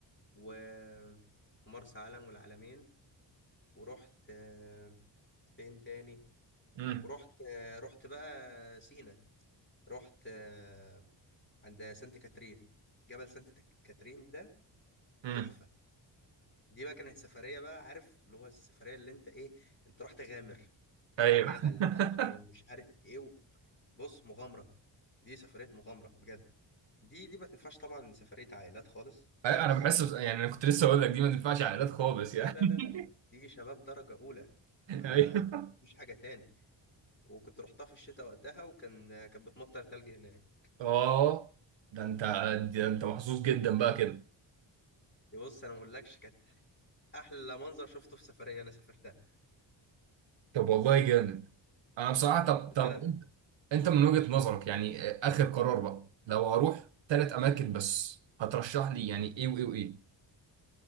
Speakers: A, on the left (about 25°); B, on the right (about 70°).
A: و- ومرسى علم والعلمين ورحت آه، فين تاني
B: امم
A: ورحت آه، رحت بقى سينا رحت آه، عند سانت كاترين جبل سانت تك- كاترين ده
B: امم
A: تحفة دي بقى كانت سفرية بقى عارف اللي هو السفرية اللي انت ايه انت رحت غامر طالع
B: ايوه
A: جبل
B: <laughs>
A: بقى ومش عارف ايه و- بص مغامرة دي سفرية مغامرة بجد دي دي ما تنفعش طبعا سفرية عائلات خالص خالص
B: أي- انا بحس بس- يعني انا كنت لسه اقول لك دي ما تنفعش عائلات خالص
A: لا
B: يعني
A: لا
B: <laughs>
A: لا لا دي شباب درجة أولى ما
B: ايوه
A: مش حاجة تاني وكنت رحتها في الشتاء وقتها وكان كانت بتمطر تلج هناك
B: اه ده انت ده انت محظوظ جدا بقى كده
A: بص أنا ما أقولكش كانت أحلى منظر شفته في سفرية أنا سافرتها
B: طب والله جامد انا بصراحه طب
A: لا
B: طب
A: لا
B: انت من وجهة نظرك يعني آه، اخر قرار بقى لو هروح ثلاث اماكن بس هترشح لي يعني ايه وايه وايه